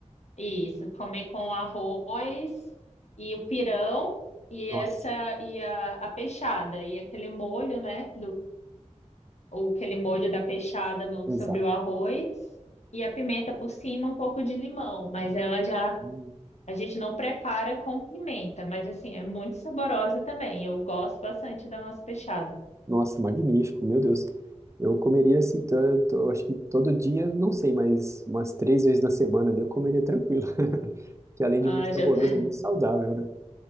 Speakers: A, on the left; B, on the right.
A: isso. Comer com arroz e o pirão e essa
B: Nossa,
A: e a, a peixada e aquele molho, né, o aquele molho da peixada no,
B: exato.
A: sobre o arroz e a pimenta por cima, um pouco de limão, mas ela já
B: Hum.
A: a gente não prepara com pimenta, mas assim, é muito saborosa também. Eu gosto bastante da nossa peixada.
B: Nossa, magnífico, meu Deus. Eu comeria assim, to- to- eu acho que todo dia, não sei, mas umas três vezes na semana ali eu comeria tranquilo. <laughs> Que além
A: Ah,
B: de muito saboroso,
A: já tá... <laughs>
B: é muito saudável, né?